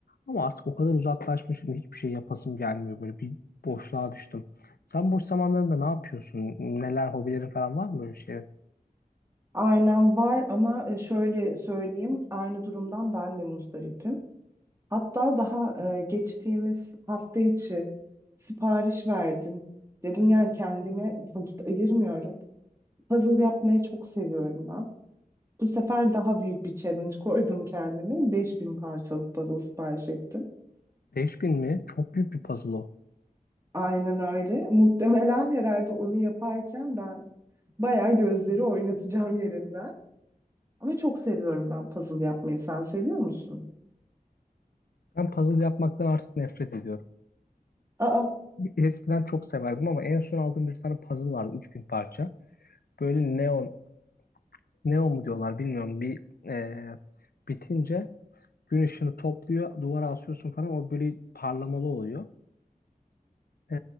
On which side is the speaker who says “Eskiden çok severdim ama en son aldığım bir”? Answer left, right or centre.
Left